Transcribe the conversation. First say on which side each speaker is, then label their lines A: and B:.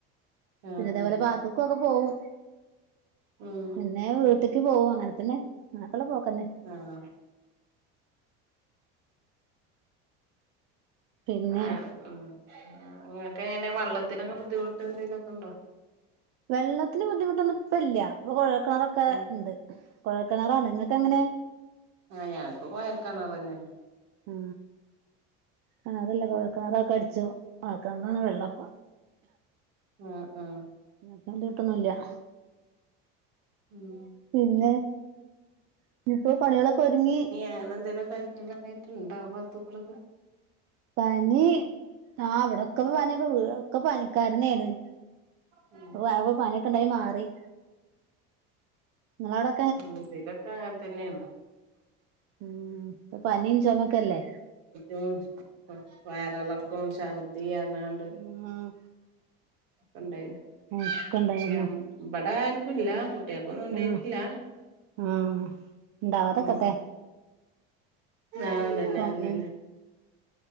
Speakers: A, on the right (about 75°); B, on the right (about 50°).
A: ആഹ്
B: പിന്നെ ഇതേപോലെ
A: ആഹ്
B: പാർക്ക് ഒക്കെ - ക്കൊക്കെ പോവും
A: ഉം
B: പിന്നെ വീട്ടിക്ക് പോവും അങ്ങനെത്തന്നെ അങ്ങനക്കുള്ള പോക്ക്‌ തന്നെ
A: ആഹ്‌
B: പിന്നെ
A: ആഹ്‌ ഉം അങ്ങനെക്കെ അങ്ങനെ വെള്ളത്തിനൊക്കെ ബുദ്ധിമുട്ട് എന്തെങ്കലുമൊക്കെ ഉണ്ടോ
B: വെള്ളത്തിന് ബുദ്ധിമുട്ടൊന്നും ഇപ്പ ഇല്ല ഇപ്പോ കുഴൽ കിണർ ഒക്കെ
A: ആഹ്
B: ഉണ്ട് കൊഴൽക്കിണറാണ് ഇങ്ങക്ക് എങ്ങനെ
A: ആഹ് ഞങ്ങക്ക് കൊഴൽ ക്കിണറന്നെയാണ്
B: ആ കിണറല്ല കൊഴൽ കിണറൊക്കെ അടിച്ചു <unintelligible> വെള്ളപ്പൊ
A: ആഹ്‌ ആഹ്‌
B: <unintelligible> കീട്ടൊന്നുംല്ല
A: ഉം
B: പിന്നെ ഇനി ഇപ്പോ പണികളൊക്കെ ഒതുങ്ങി
A: അങ്ങനെന്തങ്കിലും എന്തെങ്കിലും ആയിണ്ടാവാത്തകൂറവ്
B: പനി ആഹ്‌ ഇവിടെക്കെ പനിയ ഒക്കെ പനിക്കാരനെയാണ്
A: ഉം
B: അപ്പ ആ പനിയൊക്കെ ഉണ്ടായി മാറി നിങ്ങളവിടെ
A: ഉം ഇതിലൊക്കെ അങ്ങനെ തന്നെയാണ്
B: ഉം ഇപ്പൊ പനിയും ചൊമക്കല്ലേ
A: ഉം വയറളക്കം ച്ചർദ്ദിയു അങ്ങനെല്ലോ ഉണ്ട്
B: ഉം
A: ഉണ്ടായിനു
B: ഒക്കെ ഉണ്ടായിരുന്നു
A: പക്ഷേ ഇവിട ആർക്കുംല്ല കുട്ടിയക്കൊന്നും ഉണ്ടായിട്ടില്ല
B: ആഹ് ആഹ് ഉണ്ടാവാതെക്കട്ടെ
A: ഉം ആഹ് അതന്നെ
B: പനി
A: അതന്നെ